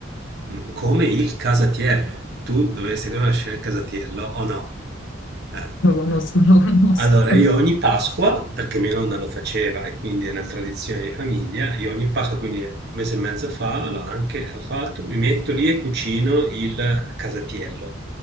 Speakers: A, on the right; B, on the left.
A: mhmm, come il casatiello. Tu dovresti conoscere il casatiello o no? Eh.
B: lo conosco, lo conosco.
A: Allora io ogni Pasqua, perché mia nonna lo faceva e quindi è una tradizione di famiglia, io ogni Pasqua, quindi un mese e mezzo fa, l'ho anche ho fatto, mi metto lì e cucino il casatiello.